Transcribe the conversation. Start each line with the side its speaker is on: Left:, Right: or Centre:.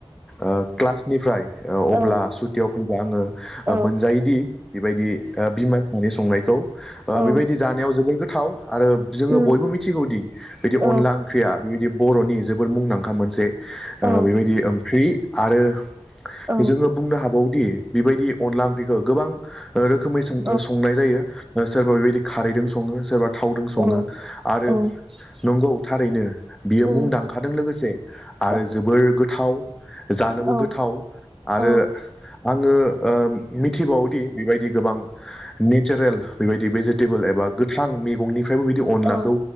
Centre: ओ क्लासनिफ्राय ओ
Right: औ
Centre: अब्ला सुटियाव फैबा आंङो
Right: औ
Centre: मोनजायोदि बेबायदि बिमा बिफानि संनायखौ ओ
Right: औ
Centre: बेबायदि जानायाव जोबोद गो थाव आरो जोङो
Right: उम
Centre: बयबो मिथिगौदि बिदि
Right: औ
Centre: अनला ओंख्रिया बेबायदि बर'नि जोबोर मुंदांखा मोनसे ओ
Right: औ
Centre: बेबायदि ओंख्रि आरो
Right: औ
Centre: जोङो बुंनो हाबावो दि बेबायदि अनला ओंख्रिखौ गोबां रोखोमै सों
Right: औ
Centre: संनाय जायो सोरबा बेबायदि खारैदों संङो सोरबा थावदों संङो।
Right: औ
Centre: आरो
Right: औ उम
Centre: नंगौ थारैनो बियो मुंदांखादों
Right: औ
Centre: लोगोसे
Right: औ
Centre: आरो जोबोर गो जानोबो
Right: औ
Centre: गोथाव। आरो
Right: औ
Centre: आंङो ओ मिथिबावोदि बेबायदि गोबां ने चारेल बेबायदि भेजिटेबोल एबा गोथां मैगंनिफ्रायबो बिदि
Right: औ
Centre: अनलाखौ
Right: औ